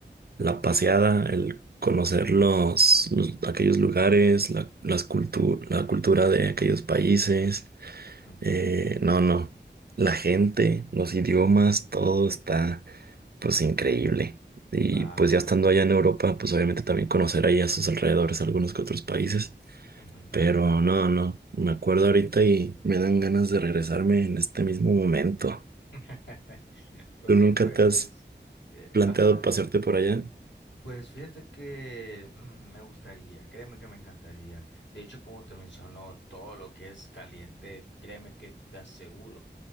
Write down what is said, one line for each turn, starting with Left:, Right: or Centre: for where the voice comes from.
Right: la paseada, el conocer los, los- aquellos lugares, la, las cultu- la cultura de aquellos países
Left: Ujú.
Right: eh, no, no. La gente, los idiomas, todo está pues increíble. Y
Left: Wow.
Right: pues ya estando allá en Europa, pues obviamente también conocer ahí a sus alrededores algunos que otros países.
Left: Ujú.
Right: Pero no, no. Me acuerdo ahorita y me dan ganas de regresarme en este mismo momento.
Left: <laughs> Oye,
Right: ¿Tú nunca
Left: pues,
Right: te has
Left: eh,
Right: planteado
Left: ajá. ajá.
Right: pasearte por allá?
Left: Pues fíjate que mm, me gustaría, créeme que me encantaría. De hecho, como te menciono, todo lo que es caliente, créeme que te aseguro